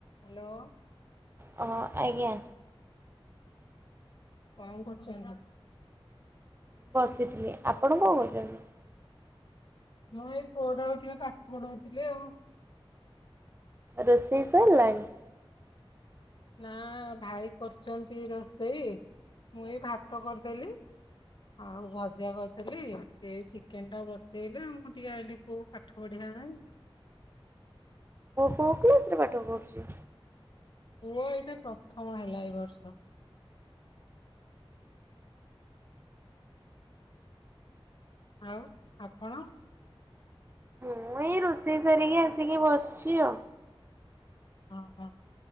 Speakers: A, on the left; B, on the right.
A: Hello
B: ହଁ ଆଜ୍ଞା
A: କଣ କରୁଚନ୍ତି
B: ବସିଥିଲି ଆପଣ କଣ କରୁଛନ୍ତି
A: ମୁଁ ଏଇ ପୁଅ ଟାକୁ ଟିକେ ପାଠ ପଢଉଥିଲି ଆଉ
B: ରୋଷେଇ ସରିଲାଣି
A: ନା ଭାଇ କରୁଛନ୍ତି ରୋଷେଇ ମୁଁ ଏଇ ଭାତ କରିଦେଲି ଆଉ ଭଜା କରିଥିଲି ସେଇ ଚିକେନ ଟା ବସେଇଲେ ମୁଁ ଟିକେ ଆଇଲିି କୋଉ ପାଠ ପଢିବା ନାଇଁ
B: ପୁଅ କୋଉ କ୍ଲାସରେ ପାଠ ପଢୁଚି
A: ପୁଅ ଏଇଟା ପ୍ରଥମ ହେଲା ଏଇ ବର୍ଷ ଆଉ ଆପଣ
B: ମୁଁ ଏଇ ରୋଷେଇ ସାରିକି ଆସିକି ବସିଛି ଆଉ
A: ଓହୋ